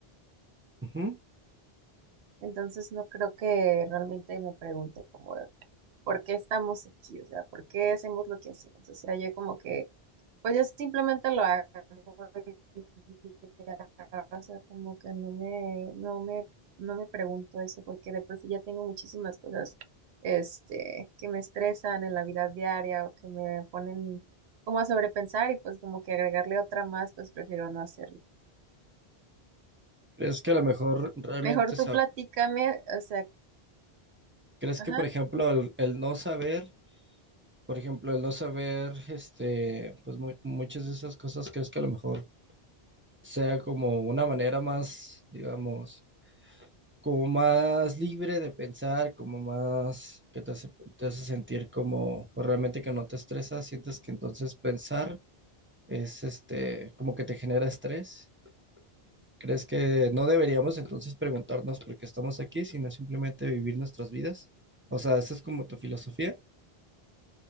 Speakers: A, on the right; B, on the right.
A: Ujú.
B: Entonces no creo que realmente me pregunte como por qué estamos aquí, o sea, por qué hacemos lo que hacemos. O sea, yo como que, pues yo simplemente lo hago y ya, o sea, como que no me, no me, no me pregunto eso, porque después ya tengo muchísimas cosas, este, que me estresan en la vida diaria o que me ponen como a sobrepensar y pues como que agregarle otra más, pues prefiero no hacerlo.
A: ¿Crees que a lo mejor realmente
B: Mejor tú platícame, o sea,
A: ¿Crees
B: ajá.
A: que, por ejemplo, el, el no saber, por ejemplo, el no saber, este, pues mu- muchas de esas cosas, crees que a lo mejor sea como una manera más, digamos, como más libre de pensar, como más que te hace, te hace sentir como, pues realmente que no te estresas, sientes que entonces pensar es, este, como que te genera estrés? ¿Crees que no deberíamos entonces preguntarnos por qué estamos aquí, sino simplemente vivir nuestras vidas? O sea, ¿esa es como tu filosofía?